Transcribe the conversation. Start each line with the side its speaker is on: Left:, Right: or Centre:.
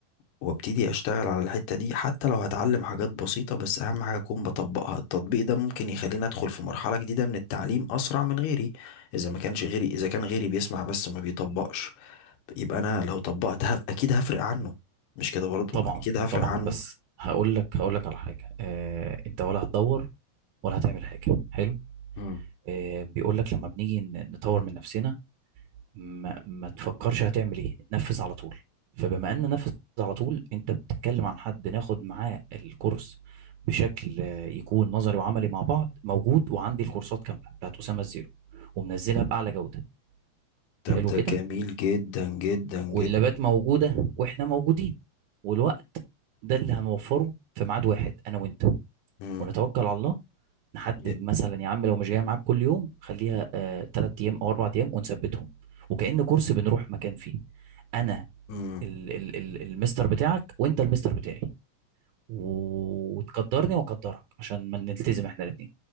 Left: وابتدي اشتغل على الحتة دي حتى لو هتعلم حاجات بسيطة بس اهم حاجة اكون بطبقها التطبيق ده ممكن يخليني ادخل في مرحلة جديدة من التعليم اسرع من غيري اذا ما كانش غيري اذا كان غيري بيسمع بس ما بيطبقش يبقى انا لو طبقت هف- اكيد هفرق عنه مش كده برضو
Right: طبعا
Left: اكيد هفرق
Right: طبعا
Left: عنه
Right: بس هقول لك هقول لك على حاجه آه، انت ولا هتدور ولا هتعمل حاجه حلو
Left: مم.
Right: آه، بيقول لك لما بنيجي ن- نطور من نفسنا ما, ما تفكرش هتعمل ايه نفذ على طول فبما ان نفذ على طول انت بتتكلم عن حد ناخد معاه الكورس بشكل آه، يكون نظري وعملي مع بعض موجود وعندي الكورسات كامله بتاعت اسامه الزيرو ومنزلها باعلى جوده
Left: طب
Right: حلو
Left: ده
Right: كده
Left: جميل جدا جدا جدا
Right: واللابات موجوده واحنا موجودين والوقت ده اللي هنوفره في ميعاد واحد انا وانت
Left: مم.
Right: ونتوكل على الله نحدد
Left: ي-
Right: مثلا يا عم لو مش جاي معاك كل يوم خليها ثلاث ايام او اربع ايام ونثبتهم وكأن كورس بنروح مكان فيه انا
Left: مم.
Right: ال ال ال المستر بتاعك وانت المستر بتاعي و- وتقدرني واقدرك عشان ما نلتزم احنا الاثنين